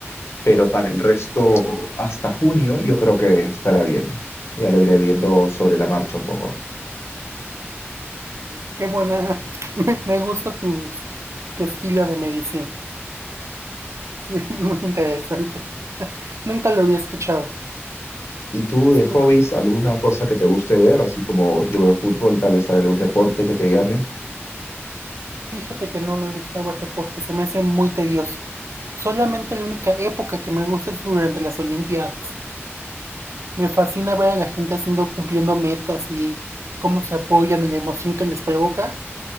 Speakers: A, on the left; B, on the right.
A: pero para el resto, hasta junio, yo creo que estará bien. Ya lo iré viendo sobre la marcha un poco.
B: Qué buena. <laughs> Me gusta tu, tu estilo de medición. <laughs> Sí, es muy interesante. <laughs> Nunca lo había escuchado.
A: ¿Y tú
B: Sí,
A: de hobbies, alguna cosa que te guste ver? Así como yo veo fútbol, tal vez algún deporte que te llame.
B: Fíjate que no me gusta ver deporte, se me hace muy tedioso. Solamente la única época que me gusta es durante las Olimpiadas. Me fascina ver a la gente haciendo, cumpliendo metas y cómo se apoyan y la emoción que les provoca,